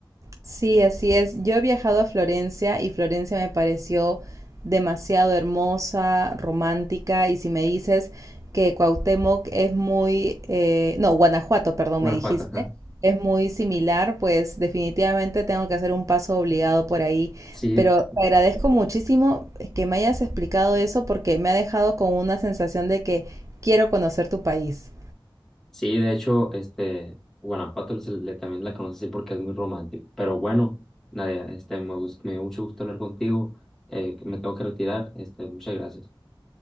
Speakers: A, on the right; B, in the centre.
A: Sí, así es. Yo he viajado a Florencia y Florencia me pareció demasiado hermosa, romántica. Y si me dices que Cuauhtémoc es muy, eh, no, Guanajuato, perdón,
B: Guanajuato,
A: me dijiste,
B: ajá.
A: es muy similar, pues definitivamente tengo que hacer un paso obligado por ahí.
B: Sí,
A: Pero te agradezco muchísimo que me hayas explicado eso porque me ha dejado con una sensación de que quiero conocer tu país.
B: sí, de hecho, este, Guanajuato se le- también la conoce así porque es muy romántico. Pero bueno, Nadia, este, me, gust- me dio mucho gusto hablar contigo. Eh, me tengo que retirar. Este, muchas gracias.